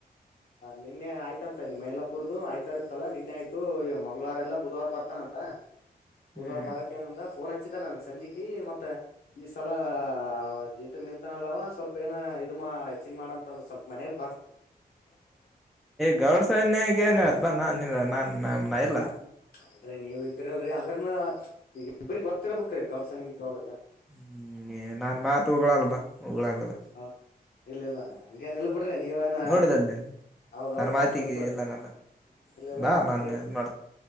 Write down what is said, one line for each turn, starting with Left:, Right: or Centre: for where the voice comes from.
Left: ನಿನ್ನೆ ಆಯ್ತಂತ ಇಲ್ಲಿ ಮೈಲಾಪುರದು ಆಯ್ತ ಇತ್ತಲ್ಲ ನಿನ್ನೆ ಆಯ್ತು ಮಂಗ್ವಾರ ಎಲ್ಲಾ ಬುಧವಾರ ಬರ್ತಾನಂತ ಬುಧವಾರ
Centre: ಹ್ಮ್
Left: ಬಾರಕ್ಕೆ ಏಂದ ಫೋನ್ ಹಚ್ ಚ್ಚಿದ ನನ್ಗ್ ಸಂಜಿಕೆ ಮತ್ತೆ ಈ ಸಲ ಜೀತಕ್ ನಿಂತನಲ್ಲವ ಸ್ವಲ್ಪ ಏನ ಇ ಮಾ ಹೆಚ್ಚಿಂಗ ಮಾಡಂತ ಒಂದ ಸ್ವಲ್ಪ ಮನೆಗ್
Centre: ಗೌಡ್ ಸನ್ಯಗೆನ ಹದಬ ನಾನ್ ಇಲ್ಲ ನಾನ್ ನ ನ ಇಲ್ಲ.
Left: ಅಲ್ರೀ ನೀವ ಇದ್ರಲ್ರರಿ ಅಂದ್ರನ ಈಗ ಇಬ್ರಿಗೆೊತ್ತಿರ್ಬೇಕ್ರಿ ಗೌಡ್ ಸನಿಗ ಗೌಡಗ.
Centre: ಹ್ಮ ನಿ ನನ್ ಮಾತ್ ಹೋಗಳಲ್ ಬಾ. ಒಳಗಲ್ಲ.
Left: ಹೌದ್ ಇಲ್ಲ ಇಲ್ಲ ಹಂಗೇನ್ ಇಲ್ ಬಿಡ್ರಿ ನೀವ ಏನ
Centre: ನೋಡಿದಲ್ ನೀನ್
Left: ಹೌದೌದೌದ್
Centre: ನನ್ನ ಮಾತಿಗೆ
Left: ಗೊತ್ತದ
Centre: ಇಲ್ಲನಲ್ಲ
Left: ಇಲ್ಲ ಇಲ್ಲ
Centre: ಬಾ
Left: ಹಂಗೇ
Centre: ನಾನು ಇದ್ ಮಾಡ